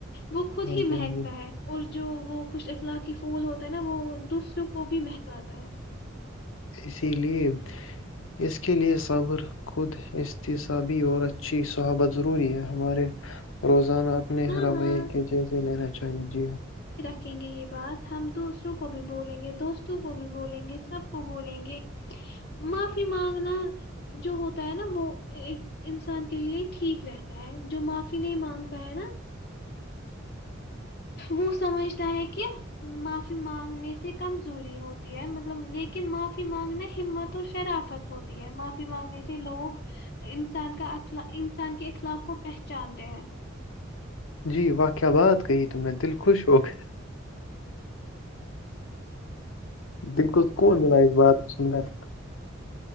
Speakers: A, on the left (about 55°); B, on the left (about 75°).
A: وہ خود
B: ہاں
A: ہی
B: جی
A: مہکتا
B: ہاں جی
A: ہے اور جو وہ خوش اخلاق پھول ہوتا ہے نا وہ دوسروں کو بھی مہکاتا ہے
B: اسی لیے اس کے لیے صر خود احتصابی اور اچھی صحابت ضروری ہے ہمارے روز اپنے
A: ہاں
B: ہرویے
A: ہاں
B: کے جیسے لینا چاہئے جی
A: ریں گے یہ بات ہم دوسروں کو بھی بولیں گے دوستوں کو بھی بولیں گے سب کو بولیں گے معافی مانگنا جو ہوتا ہے نا وہ انسان کے لیے ٹھیک رہتا ہے جو معافی نہیں مانگتا ہے نا <inaudible> وہ سمجھتا ہے کہ معافی مانگنے سے کمزوری ہوتی ہے مطلب لیکن معافی مانگنا ہمت اور شرافت ہوتی ہے معافی مانگنے سے لوگ انسان کا اخ انسان کے اخلاق کو پہچانتے ہیں
B: جی واقع بات کہی تمہیں دل خوش ہو گیا دال کو سکن ملا اس بات کو سنندر